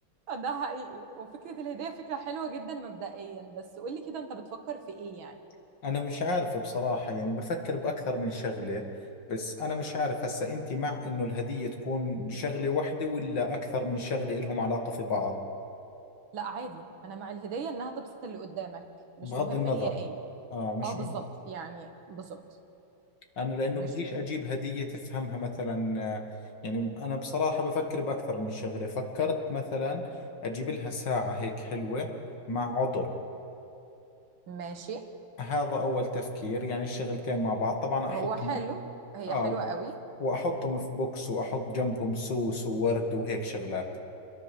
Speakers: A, on the right; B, on the left.
A: آه، ده حقيقي وفكرة الهدية فكرة حلوة جدا مبدئيا بس قولي كده أنت بتفكر في إيه يعني
B: <laughs> أنا مش عارف بصراحة يعني بفكر بأكثر من شغلة بس أنا مش عارف هسا أنت مع إنه الهدية تكون شغلة واحدة ولا أكثر من شغلة إلهم علاقة في بعض
A: لا عادي أنا مع الهدية إنها تبسط اللي قدامك مش
B: بغض
A: مهم
B: النظر
A: هي إيه
B: آه مش
A: أه بالظبط يعني بالظبط
B: انا لانه
A: مش
B: بديش اجيب هدية تفهمها مثلا آه، يعني انا بصراحة بفكر باكثر من شغلة فكرت مثلا اجيب لها ساعة هيك حلوة مع عطر
A: ماشي
B: هذا اول تفكير يعني الشغلتين مع بعض طبعا احطهم
A: هو حلو هي
B: اه
A: حلوة قوي
B: واحطهم في بوكس واحط جنبهم سوس وورد وهيك شغلات